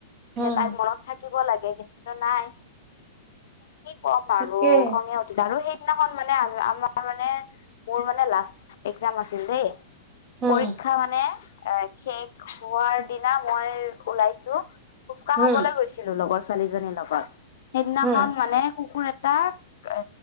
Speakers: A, on the left; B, on the right.
A: এতিয়া
B: উম
A: তাই মনত থাকি থাকিব লাগে কিন্তু নাই কি ক'ম
B: তাকে
A: আৰু খঙে উঠিছে আৰু সেই সিনাখন মানে আমাৰ মানে, মোৰ মানে লাষ্ট একজাম আছিল দেই।
B: উম
A: পৰীক্ষা মানে এ শেষ হোৱাৰ দিনা মই ওলাইছো। উুচকা খাবলৈ
B: উম
A: গৈছিলো, লগৰ ছোৱালীজনীৰ লগত সেইদিনাখন
B: উম
A: মানে কুকুৰ এ তাক এ